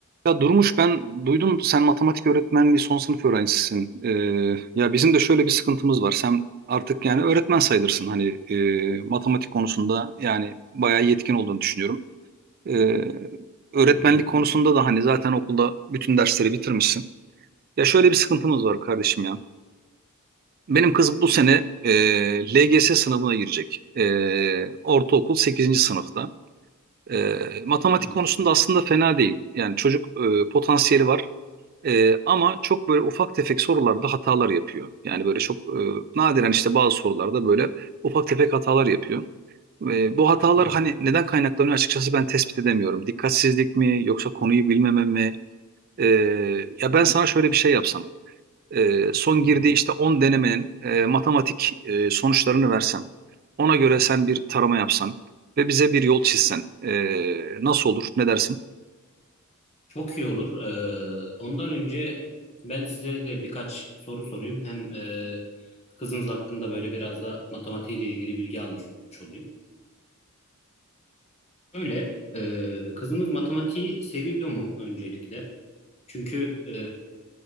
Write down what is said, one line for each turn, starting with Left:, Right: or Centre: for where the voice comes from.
Right: Ya Durmuş ben duydum sen matematik öğretmenliği son sınıf öğrencisisin. Ee, ya bizim de şöyle bir sıkıntımız var. Sen artık yani öğretmen sayılırsın. Hani e, matematik konusunda yani bayağı yetkin olduğunu düşünüyorum. Ee, öğretmenlik
Left: Hı hı,
Right: konusunda da hani zaten okulda bütün dersleri bitirmişsin. Ya şöyle bir sıkıntımız var kardeşim ya. Benim kız bu sene e, LGS sınavına girecek. E, ortaokul sekizinci sınıfta. E, matematik
Left: tamam.
Right: konusunda aslında fena değil. Yani çocuk e, potansiyeli var. Ee, ama çok böyle ufak tefek sorularda hatalar yapıyor. Yani böyle çok e, nadiren işte bazı sorularda böyle ufak tefek hatalar yapıyor. Ve bu hatalar
Left: Hı hı,
Right: hani neden kaynaklanıyor açıkçası ben tespit edemiyorum. Dikkatsizlik mi yoksa konuyu bilmeme mi? Ee, ya ben sana şöyle bir şey yapsam. Ee, son
Left: hı
Right: girdiği
Left: hı.
Right: işte 10 denemenin e, matematik e, sonuçlarını versem. Ona göre sen bir tarama yapsan ve bize bir yol çizsen. Ee, nasıl olur? Ne dersin?
Left: Çok iyi olur. Ee, ondan önce ben size de birkaç soru sorayım. Hem e, kızınız hakkında böyle biraz da matematiğiyle ilgili bilgi almış olayım. Şöyle, e, kızınız matematiği seviyor mu öncelikle? Çünkü e,